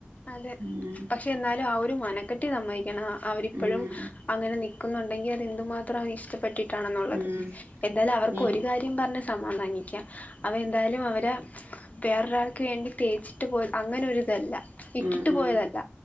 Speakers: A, on the left; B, on the right.
A: അതെ.
B: ഉം
A: പക്ഷെ എന്നാലും ആ ഒരു മനക്കെട്ടി സമ്മതിക്കണം. അവരിപ്പോഴും
B: ഉം
A: അങ്ങനെ നി ക്കുന്നുണ്ടെങ്കി അത് എന്തുമാത്രം അവനി ഇഷ്ടപ്പെ ട്ടാ ണെന്നുള്ളത്
B: ഉം
A: എന്തായാലും അവർക്കൊരു
B: നീ
A: കാര്യം പറഞ്ഞ് സമാധാനിക്കാം അവൻ എന്തായാലും അവരെ വേറൊരാൾക്ക് വേണ്ടി തേച്ചിട്ട് പോയി അങ്ങനൊരിതല്ല ഇട്ടിട്ട്
B: ഉം ഉം
A: പോയതല്ല